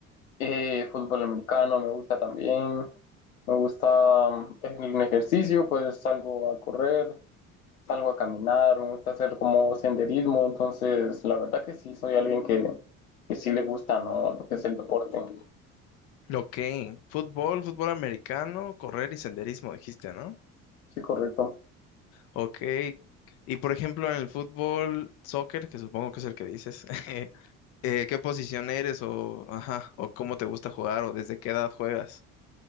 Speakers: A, on the left (about 75°); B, on the left (about 35°).
A: eh, fútbol americano, me gusta también. Me gusta mm, en el ejercicio, pues salgo a correr. salgo a caminar, me gusta hacer como senderismo, entonces la verdad que sí, soy alguien que, que sí le gusta, ¿no? Lo que es el deporte.
B: Ok, fútbol, fútbol americano, correr y senderismo, dijiste, ¿no?
A: Sí, correcto.
B: Ok, y por ejemplo en el fútbol, soccer, que supongo que es el que dices, <laughs> eh, ¿qué posición eres o, ajá, o cómo te gusta jugar o desde qué edad juegas?